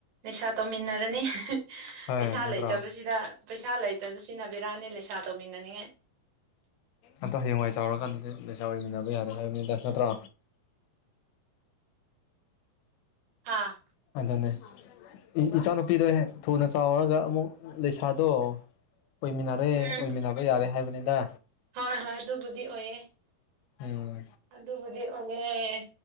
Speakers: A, on the right; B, on the left.
A: ꯄꯩꯁꯥ ꯇꯧꯃꯤꯟꯅꯔꯅꯤ
B: ꯍꯣꯏ
A: ꯄꯩꯁꯥ
B: ꯅꯠꯇ꯭ꯔꯥ
A: ꯂꯩꯇꯕꯁꯤꯗ ꯄꯩꯁꯥ ꯂꯩꯇꯕ ꯁꯤꯅ ꯕꯤꯔꯥꯅꯦ ꯂꯩꯁꯥ ꯇꯧꯃꯤꯟꯅꯅꯤꯡꯉꯥꯏ
B: ꯑꯗꯣ ꯍꯌꯦꯡꯋꯥꯏ ꯆꯥꯎꯔꯀꯥꯟꯗꯗꯤ ꯂꯩꯁꯥ ꯑꯣꯏꯃꯤꯟꯅꯕ ꯌꯥꯒꯗꯔꯥ ꯍꯥꯏꯕꯅꯤꯗ ꯅꯠꯇ꯭ꯔꯥ
A: ꯍꯥꯥ
B: ꯑꯗꯨꯅꯦ ꯏꯆꯥꯅꯨꯄꯤꯗꯣ ꯍꯦꯡ ꯊꯨꯅ ꯆꯥꯎꯔꯒ ꯑꯃꯨꯛ ꯂꯩꯁꯥꯗꯣ ꯑꯣꯏꯃꯤꯟꯅꯔꯦ
A: ꯎꯝ
B: ꯑꯣꯏꯃꯤꯟꯅꯕ ꯌꯥꯔꯦ ꯍꯥꯏꯕꯅꯤꯗ
A: ꯍꯣꯏ ꯍꯣꯏ ꯑꯗꯨꯕꯨꯗꯤ ꯑꯣꯏꯌꯦ
B: ꯎꯝ
A: ꯑꯗꯨꯕꯨꯗꯤ ꯑꯣꯏꯌꯦ